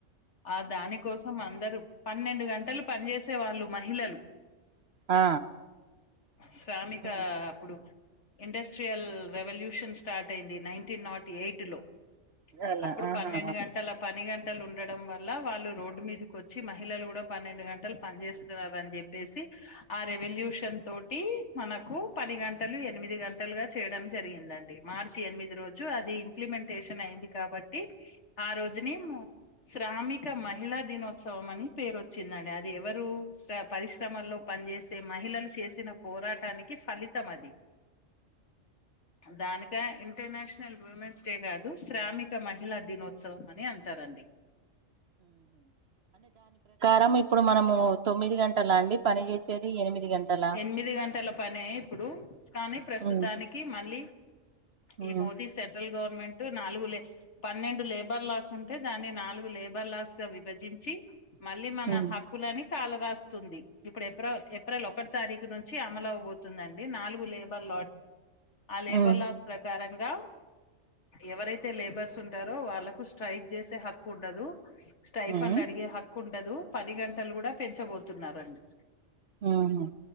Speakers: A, on the left (about 60°); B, on the right (about 55°).
A: ఆ దానికోసం అందరూ పన్నెండు గంటలు పనిచేసేవాళ్లు మహిళలు
B: ఆ
A: శ్రామిక
B: ఉమ్,
A: అప్పుడు ఇండస్ట్రియల్ రెవల్యూషన్ స్టార్ట్ అయింది నైన్టీన్ నాట్ ఎయిట్ లో
B: అలా
A: అప్పుడు
B: ఆహా
A: పన్నెండు గంటల పని గంట గంటలు ఉండడం వల్ల వాళ్ళు రోడ్డు మీదకు వచ్చి మహిళలు కూడా పన్నెండు గంటలు పని చేేస్తున్నారు అని చెప్పేసి ఆ రెవల్యూషన్ తోటి మనకు కు పది గంటలు ఎనిమిది గంటలుగా చేయడం జరిగిందండి మార్చి ఎనిమిది రోజు అది ఇంప్లిమెంటేషన్ అయింది కాబట్టి ఆ రోజుని శ్రామిక మహిళా దినోత్సవం అని పేరు వచ్చిందండి అది ఎవరు పరిశ్రమల్లో పనిచేసే మహిళలు చేసిన పోరాటానికి కి ఫలితం అది దానికా ఇంటర్నేషనల్ ఉమెన్స్ డే కాదు శ్రామిక మహిళా దినోత్సవం అని అంటారు రండి
B: డం ఇప్పుడు మనము తొమ్మిది గంటలా అండి పని చేేసేది ఎనిమిది గంటలా
A: ఎనిమిది గంటల పనే కానీ ప్రస్తుతానికి
B: ఉమ్
A: మళ్ళీ
B: ఉమ్
A: ఈ మోదీ సెంట్రల్ గవర్ ర్నమెంట్ నాలుగు లే పన్నెండు లేబర్ లాస్ ఉంటే దాని నాలుగు లేబర్ లాస్ గా విభజించీ మళ్ళీ మన
B: ఉమ్
A: హక్కులని కాల రాస్తుంది ఇప్పుడు ఎపో ఏప్రిల్ ఒకటి తారీఖు నుంచి అమలవబోతుందండి నాలుగు లేబర్ ఆ లేబర్
B: ఉమ్
A: లాస్ ప్రకరం గా ఎవరైతే లేబర్స్ ఉంటారో వాళ్ళకు స్ట్రైక్ చేసే హక్కు ఉండదు స్టైఫండ్
B: ఉమ్
A: అడిగే హక్కు ఉండదు పని గంటలు కూడా పెంచబోతున్నారండి
B: ఉహ్మ్